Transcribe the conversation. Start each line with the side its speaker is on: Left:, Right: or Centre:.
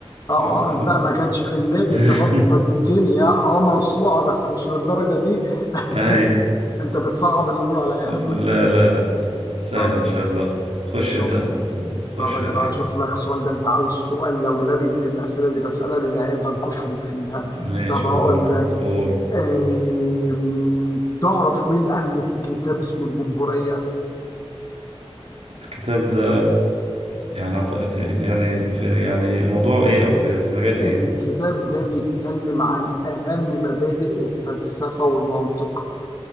Left: اه
Right: معروفة
Left: آه، بقى ما كانش في دماغي
Right: <laughs>
Left: أنت برضه فاجئتني يا أه موسوعة بس مش للدرجة دي <laughs>
Right: أي
Left: أنت بتصعب الأمور عليا يا أحمد
Right: لا لا لا سهلة
Left: طب
Right: إن شاء الله خش
Left: إن شاء
Right: أنت
Left: الله
Right: خش
Left: طب أنا
Right: يا ريس
Left: بقى أشوف لك سؤال ده أنت عاوز سؤال لولبي من الأسئلة اللي بسألها للعيال بنكشهم فيها
Right: ماشي
Left: طب هقول
Right: قول
Left: لك
Right: قول
Left: آم، تعرف مين ألف كتاب اسمه الجمهورية؟
Right: الكتاب ده يعني عط- في في- يعني في يعني موضوع ايه او في في مجال ايه
Left: الكتاب ده بيتكلم عن أهم مبادئ الفلسفة والمنطق